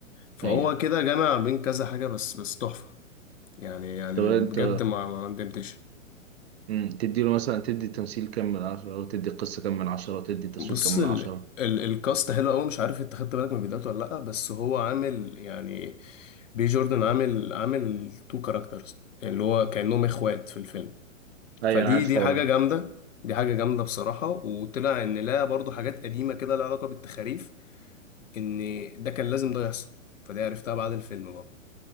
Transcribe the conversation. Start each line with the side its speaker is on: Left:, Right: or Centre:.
Left: فهو
Right: ايوه
Left: كده جامع بين كذا حاجة بس بس تحفة يعني يعني
Right: طب
Left: من
Right: انت
Left: بجد ما ما ندمتش
Right: امم تديله مثلا تدي تمثيل كام من عشرة وتدي قصة كام من عشرة وتدي تصوير
Left: بص
Right: كام من
Left: ال
Right: عشرة
Left: ال الكاست حلو قوي مش عارف انت خدت بالك من فيديوهاته ولا لأ بس هو عامل يعني بي جوردن عامل عامل تو كاركترز يعني اللي هو كأنهم اخوات في الفيلم
Right: ايوه
Left: فدي
Right: انا عارف
Left: دي
Right: والله
Left: حاجة جامدة دي حاجة جامدة بصراحة وطلع إن لا برضو حاجات قديمة كده لها علاقة بالتخاريف إن ده كان لازم ده يحصل فدي عرفتها بعد الفيلم برضو